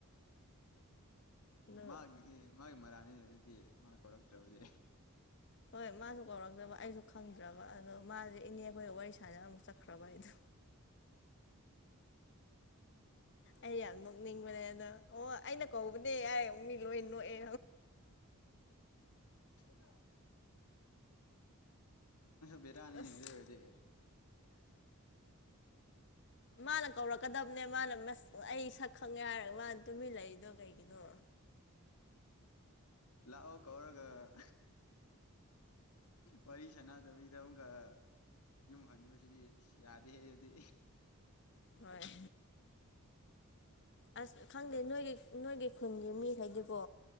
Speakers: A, on the left (about 50°); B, on the left (about 80°).
A: ꯑꯗꯣ
B: ꯃꯥꯒꯤ ꯃꯥꯒꯤ ꯃꯔꯥꯅꯤ ꯑꯗꯨꯗꯤ ꯃꯥ ꯀꯧꯔꯛꯇ꯭ꯔꯕꯗꯤ
A: ꯍꯣꯏ ꯃꯥꯁꯨ ꯀꯧꯔꯛꯇꯕ ꯑꯩꯁꯨ ꯈꯪꯗ꯭ꯔꯕ ꯑꯗꯣ ꯃꯥꯁꯦ ꯏꯅꯦ ꯑꯩꯈꯣꯏ ꯋꯥꯔꯤ ꯁꯥꯅ ꯑꯃꯨꯛ ꯆꯠꯈ꯭ꯔꯕ ꯍꯥꯏ ꯑꯗꯨ ꯑꯣ ꯅꯣꯛꯅꯤꯡꯕꯅꯦ ꯑꯗ ꯑꯣ ꯑꯩꯅ ꯀꯧꯕꯅꯦ ꯌꯥꯔ ꯃꯤ ꯂꯣꯏ ꯅꯣꯛꯑꯦ
B: ꯗ ꯕꯤꯔꯅꯤꯅꯤ
A: ꯑꯁ
B: ꯑꯗꯨꯗ ꯏꯦ
A: ꯃꯥꯅ ꯀꯧꯔꯛꯀꯗꯕꯅꯦ ꯃꯥꯅꯁ ꯑꯩ ꯁꯛ ꯈꯪꯦ ꯍꯥꯏꯔꯒ ꯃꯥ ꯇꯨꯃꯤ ꯂꯩꯛꯏꯗꯣ ꯀꯩꯒꯤꯅꯣ
B: ꯂꯥꯛꯑꯣ ꯀꯧꯔꯒ ꯎ ꯋꯥꯔꯤꯔꯤ ꯆꯅꯥꯗꯧꯔꯤ ꯁꯤꯗ ꯑꯃꯨꯛꯀ ꯌꯨꯝ ꯍꯨꯕꯁꯤꯗꯤ ꯌꯥꯗꯦ ꯑꯗꯨꯗꯤ
A: ꯍꯣꯏ ꯑꯁ ꯈꯪꯗꯦ ꯅꯣꯏꯒꯤ ꯅꯣꯏꯒꯤ ꯈꯨꯟꯒꯤ ꯃꯤꯈꯩꯗꯤꯀꯣ